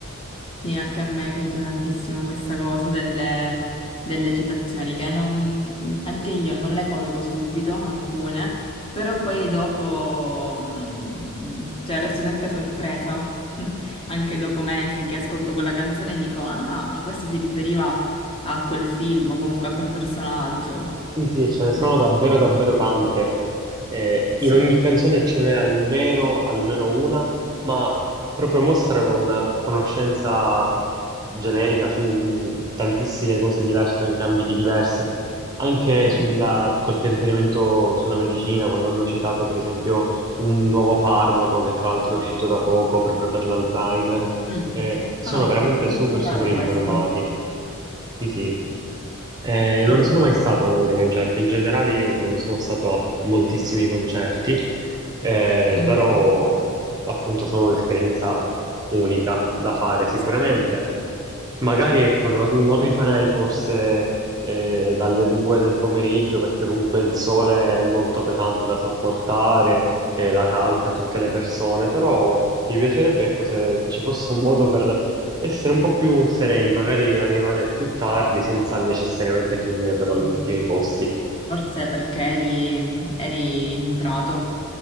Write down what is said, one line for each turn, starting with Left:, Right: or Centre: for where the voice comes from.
Left: Sì, anche a me piace tantissimo questa cosa delle, delle citazioni, che non- anche io non le colgo subito, alcune, però poi dopo, mm, mm, cioè resto sempre sorpresa, <laughs> anche dopo mesi che ascolto quella canzone e dico, ah, ma questo si riferiva a quel film o comunque a quel personaggio.
Right: Sì, sì, e ce ne sono
Left: Bellissimo.
Right: davvero, davvero tante. Eh,
Left: Sì,
Right: in ogni canzone ce n'è almeno, almeno una, ma proprio mostrano una conoscenza generica su tantissime cose diverse, anche ambiti diversi. Anche
Left: sì.
Right: sulla, qualche riferimento sulla medicina, quando hanno citato, per esempio, un nuovo farmaco che tra l'altro è uscito da poco proprio per l'Alzheimer.
Left: Mm.
Right: Eh, sono
Left: Ah,
Right: veramente
Left: non
Right: super,
Left: sapevo
Right: super informati.
Left: questo.
Right: Sì, sì. Eh, non
Left: Bellissimo.
Right: sono mai stato a un loro concerto. In generale, io non sono stato a moltissimi concerti, eh,
Left: Mm.
Right: però appunto sono un'esperienza unica da fare sicuramente.
Left: Sì.
Right: Magari ecco, non, non rifarei forse eh, dalle due del pomeriggio perché comunque il sole è molto pesante da sopportare e la calca tutte le persone, però mi piacerebbe ecco, se ci fosse un modo per essere un po' più sereni, magari arrivare più tardi senza necessariamente finire però
Left: mm.
Right: gli ultimi posti.
Left: Forse perché eri, eri in un prato,